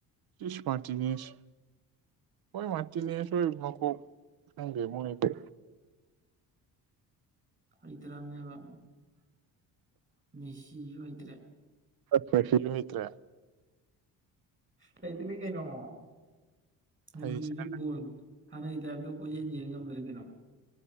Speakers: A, on the right (about 55°); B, on the right (about 25°).
A: ꯆꯁ ꯃꯥꯇꯅꯤꯁ ꯍꯣꯏ ꯃꯥꯇꯅꯤꯁ ꯍꯣꯏ ꯃꯥꯀꯣ ꯊꯪꯗꯦ ꯃꯣꯏꯗ
B: ꯑꯩ ꯇꯔꯝꯅꯦꯕ ꯃꯤꯦꯁꯤ ꯁꯣꯏꯗ꯭ꯔꯦ
A: ꯐ꯭ꯔꯃꯤꯇ꯭ꯔ
B: ꯀꯩꯗꯔ ꯀꯩꯅꯃꯣ ꯃꯖꯤ
A: ꯍꯩꯁꯤꯅ
B: ꯃꯖꯤ ꯕꯣꯟ ꯍꯥꯟꯅꯒꯤ ꯇꯥꯏꯞꯇꯣ ꯑꯩ ꯀꯣꯏ ꯌꯦꯟ ꯌꯦꯟ ꯉꯝꯗ꯭ꯔꯔꯤ ꯀꯩꯅꯣ